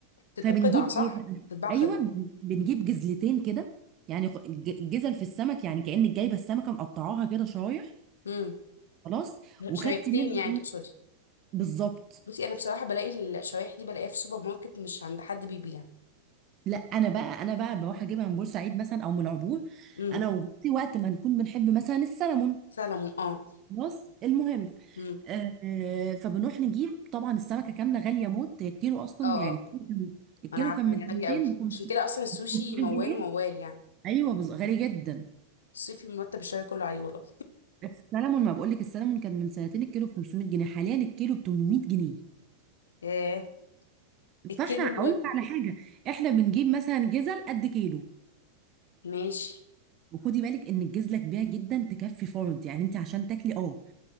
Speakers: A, on the left; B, on the right.
A: بتبقى
B: فبنجيب
A: قطع صح
B: ايه بقى
A: بتتباع قطع
B: ايوه بن- بنجيب جزلتين كده يعني خ- ج- جزل في السمك يعني كانك جايبه السمكه مقطعاها كده شرايح
A: امم
B: خلاص وخدت
A: شريحتين
B: منه
A: يعني
B: إيه؟
A: تقصدي
B: بالظبط
A: بصي انا بصراحه بلاقي الشرايح دي بلاقيها في سوبر ماركت مش عند حد بيبيع
B: لا انا بقى انا بقى بروح اجيبها من بورسعيد مثلا او من العبور
A: امم
B: انا وجوزي وقت ما نكون بنحب مثلا السلمون
A: سلمون اه
B: خلاص المهم
A: امم
B: آه، فبنروح نجيب طبعا السمكه كامله غاليه موت هي الكيلو اصلا
A: اه
B: يعني
A: اه
B: الكيلو
A: انا عارفه
B: كان الكيلو كان من
A: هي غاليه
B: 200
A: قوي
B: ل
A: عشان كده اصلا السوشي
B: 500
A: موال
B: جنيه
A: وموال يعني
B: ايوه بز... غالي جدا
A: صيفي مرتب الشهر كله عليه والله
B: السلمون ما بقول لك السلمون كان من سنتين الكيلو ب 500 جنيه حاليا الكيلو ب 800 جنيه
A: ايه الكيلو
B: فاحنا اقول
A: الواحد
B: لك على حاجه احنا بنجيب مثلا جزل قد كيلو
A: ماشي
B: وخدي بالك ان الجزله كبيره جدا تكفي فرد يعني انت عشان تاكلي اه